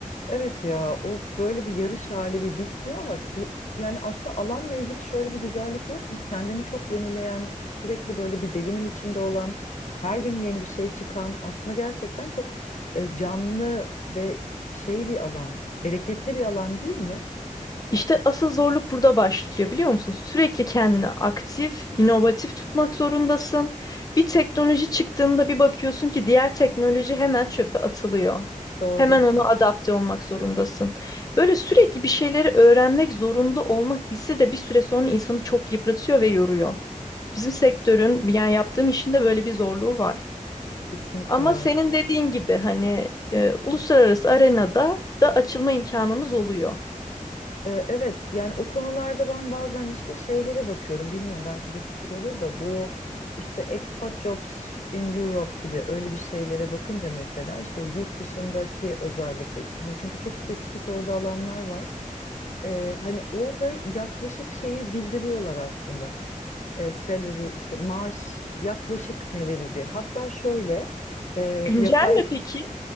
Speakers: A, on the left; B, on the left.
A: Evet ya o böyle bir yarış hali bir bitmiyor ama si- yani aslında alanla ilgili şöyle bir güzellik yok mu? Kendini çok yenileyen, sürekli böyle bir devinim içinde olan, her gün yeni bir şey çıkan aslında gerçekten çok e, canlı ve şey bir alan, bereketli bir alan değil mi?
B: İşte asıl zorluk burada başlıyor biliyor musun? Sürekli kendini aktif, inovatif tutmak zorundasın. Bir teknoloji çıktığında bir bakıyorsun ki diğer teknoloji hemen çöpe atılıyor.
A: Doğru,
B: Hemen ona adapte olmak zorundasın. Böyle sürekli bir şeyleri öğrenmek zorunda olma hissi de bir süre sonra insanı çok yıpratıyor ve yoruyor. Bizim sektörün yani yaptığım işin de böyle bir zorluğu var.
A: kesinlikle
B: Ama
A: var.
B: senin dediğin gibi hani e, uluslararası arenada da açılma imkanımız oluyor.
A: Ee, Evet yani o konularda ben bazen işte şeylere bakıyorum bilmiyorum belki bir fikir olur da bu işte expat jobs in Europe gibi öyle bir şeylere bakınca mesela işte o yurt dışındaki özellikle hani çünkü çok spesifik orada alanlar var Ee, hani orada yaklaşık şeyi bildiriyorlar aslında Ee, salary işte maaş yaklaşık ne verir diye hatta şöyle e,
B: Güncel
A: yapay
B: mi peki?